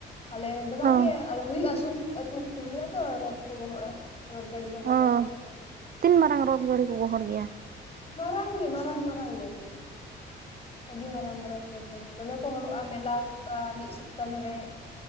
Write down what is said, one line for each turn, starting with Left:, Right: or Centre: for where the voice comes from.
Left: ᱟᱞᱮ ᱫᱚ ᱵᱟᱝᱜᱮ
Right: ᱚ
Left: ᱟ ᱦᱩᱭᱩᱜᱼᱟ ᱥᱩᱨ ᱟᱛᱩ ᱠᱚ ᱦᱩᱭᱩᱜᱼᱟ ᱛᱚ ᱨᱚᱫ ᱠᱚ ᱜᱚᱦᱚᱲᱟ ᱨᱚᱫ ᱜᱟᱹᱰᱤ ᱜᱚᱦᱚᱲᱟᱝ
Right: ᱚ
Left: ᱫᱚ ᱮ
Right: ᱛᱤᱱ ᱢᱟᱨᱟᱝ ᱨᱚᱫ ᱜᱟᱹᱲᱤ ᱠᱚ ᱜᱚᱦᱚᱲ ᱜᱮᱭᱟ
Left: ᱢᱟᱨᱟᱝ ᱜᱮ ᱢᱟᱨᱟᱝ ᱢᱟᱨᱟᱝ ᱜᱮ ᱟᱹᱰᱤ ᱢᱟᱨᱟᱝ ᱢᱟᱨᱟᱝ <unintelligible> ᱫᱚᱢᱮ ᱠᱚ ᱦᱚᱲᱚᱜᱼᱟ ᱢᱮᱞᱟ ᱦᱩᱭᱩᱜᱼᱟ ᱢᱤᱫ ᱥᱚᱯᱛᱟ ᱫᱷᱚᱨᱮ